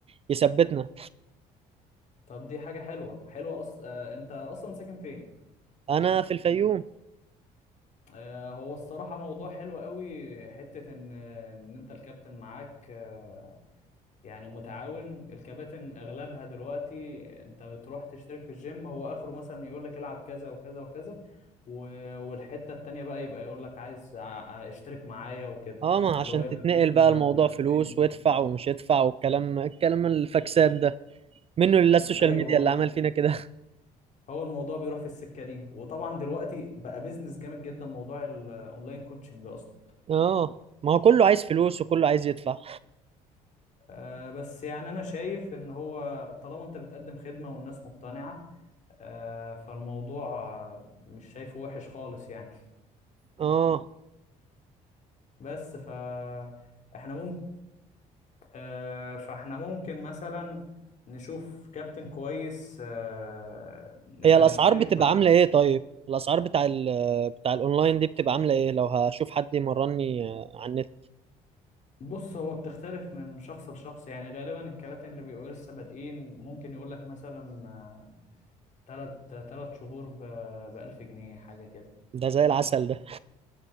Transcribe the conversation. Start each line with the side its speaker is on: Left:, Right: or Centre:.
Right: يثبتنا
Left: طب دي حاجة حلوة حلوة أص... آه، أنت أصلا ساكن فين؟
Right: انا في الفيوم
Left: آه، هو الصراحة موضوع حلو قوي حتة إن إن أنت الكابتن معاك آه، يعني متعاون الكباتن أغلبها دلوقتي أنت بتروح تشترك في الجيم هو آخره مثلا يقول لك العب كذا وكذا وكذا و- والحتة التانية بقى يبقى يقول لك عايز ع- اشترك معايا وكده
Right: اه ما عشان
Left: اللي هو يبقى
Right: تتنقل
Left: بيرسونال
Right: بقى الموضوع فلوس
Left: تريننج
Right: وادفع ومش ادفع والكلام الكلام الفاكسات ده منه لله السوشيال
Left: ايوه
Right: ميديا
Left: هو
Right: اللي عمل فينا كده
Left: هو الموضوع بيروح في السكة دي وطبعا دلوقتي بقى بيزنس جامد جدا موضوع الاونلاين كوتشنج اصلا
Right: <laughs> اه ما هو كله عايز فلوس وكله عايز يدفع
Left: آه، بس يعني أنا شايف إن هو طالما أنت بتقدم خدمة والناس مقتنعة آه، فالموضوع آه، مش شايفه وحش خالص يعني
Right: اه
Left: بس ف إحنا ممكن آه، فإحنا ممكن مثلا نشوف كابتن كويس آه، نبقى
Right: هي الاسعار
Left: نشترك
Right: بتبقى
Left: معاه
Right: عامله ايه طيب الاسعار بتاع ال بتاع الاونلاين دي بتبقى عامله ايه لو هشوف حد يمرني آه، على النت
Left: بص هو بتختلف من شخص لشخص يعني غالبا الكباتن اللي بيبقوا لسه بادئين ممكن يقول لك مثلا آه، تلت تلت شهور ب 1000 جنيه حاجة كده
Right: ده زي العسل ده